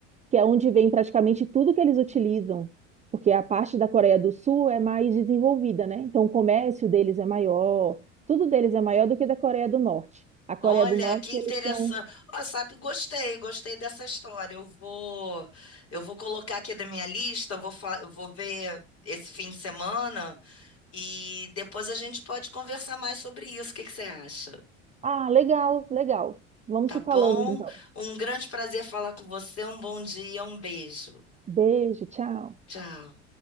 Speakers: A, on the right; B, on the left.
A: que é onde vem praticamente tudo que eles utilizam. Porque a parte da Coreia do Sul é mais desenvolvida, né? Então o comércio deles é maior, tudo deles é maior do que da Coreia do Norte. A Coreia
B: Olha,
A: do Norte,
B: que interessante.
A: eles são
B: Ó, sabe, gostei, gostei dessa história. Eu vou, eu vou colocar aqui na minha lista, eu vou, fa- eu vou ver esse fim de semana e depois a gente pode conversar mais sobre isso. O que que você acha?
A: Ah, legal, legal. Vamos
B: Tá
A: se
B: bom?
A: falando então.
B: Um grande prazer falar com você. Um bom dia, um beijo.
A: Beijo, tchau.
B: Tchau.